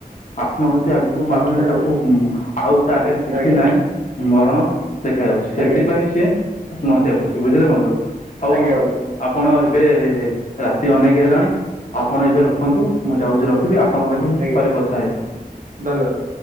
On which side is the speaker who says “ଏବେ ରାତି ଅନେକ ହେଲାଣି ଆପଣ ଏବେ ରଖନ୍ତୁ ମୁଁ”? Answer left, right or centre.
Left